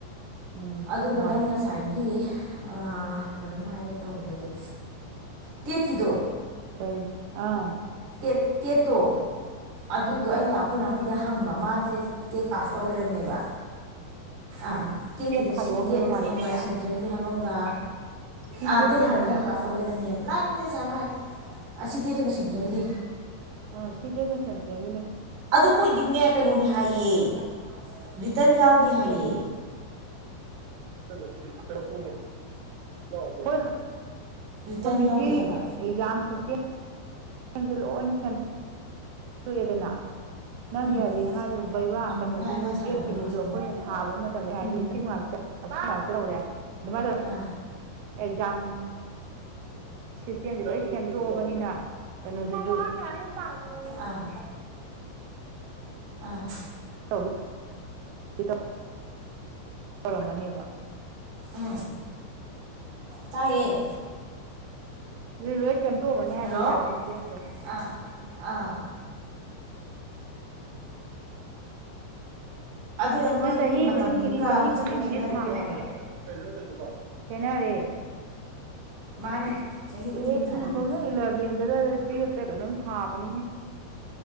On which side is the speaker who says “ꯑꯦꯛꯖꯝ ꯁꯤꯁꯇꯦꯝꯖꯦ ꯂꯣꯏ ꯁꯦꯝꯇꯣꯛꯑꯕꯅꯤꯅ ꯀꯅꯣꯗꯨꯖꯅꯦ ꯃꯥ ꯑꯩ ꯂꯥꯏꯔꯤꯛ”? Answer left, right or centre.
Right